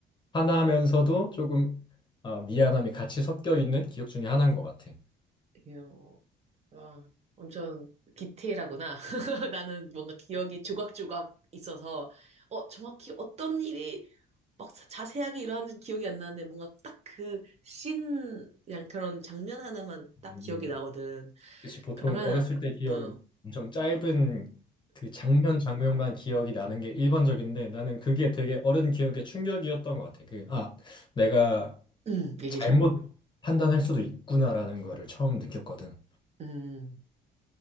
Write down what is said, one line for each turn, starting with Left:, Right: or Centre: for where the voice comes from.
Left: 화나면서도 조금 아, 미안함이 같이 섞여 있는 기억 중에 하나인 것 같아.
Right: 이야, 와, 엄청 디테일하구나. <laughs> 나는 뭔가 기억이 조각조각 있어서, 어, 정확히 어떤 일이 막 자- 자세하게 일어났는지 기억이 안 나는데, 뭔가 딱 그 씬, 그냥 그런 장면 하나만 딱
Left: 음.
Right: 기억이 나거든.
Left: 그치, 보통
Right: 그러면,
Left: 어렸을 때 기억은
Right: 어,
Left: 엄좀 짧은 그 장면 장면만 기억이 나는 게 일반적인데 나는 그게 되게 어른 기억에 충격이었던 것 같아. 그, 아, 내가
Right: 음, 얘기해줘.
Left: 잘못 판단할 수도 있구나라는 거를 처음 느꼈거든.
Right: 음,